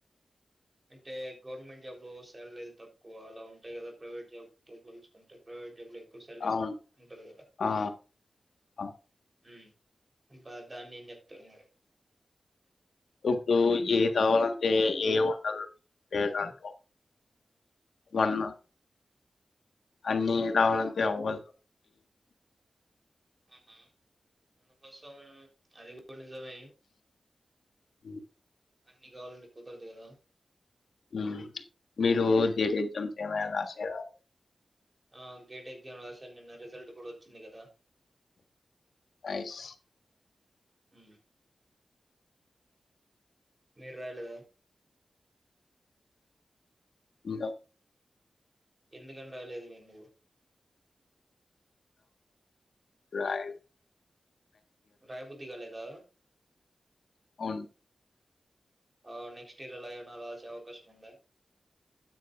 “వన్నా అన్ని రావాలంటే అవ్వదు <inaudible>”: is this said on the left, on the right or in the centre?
Left